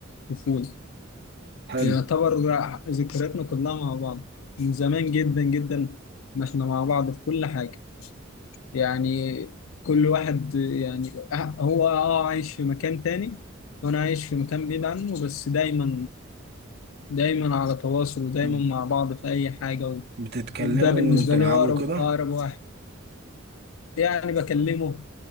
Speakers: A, on the left; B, on the right.
A: الطفولة
B: حلو
A: يعتبر بقى ذكرياتنا كلها مع بعض من زمان جدا جدا ما إحنا مع بعض في كل حاجة يعني كل واحد يعني أه، هو أه عايش في مكان تاني وأنا عايش في مكان بعيد عنه بس دايما دايما على تواصل ودايما
B: مم.
A: مع بعض في أي حاجة و-
B: بتتكلموا
A: وده بالنسبة
B: وتلعبوا
A: لي هو أقرب
B: كده
A: أقرب واحد يعني بكلمه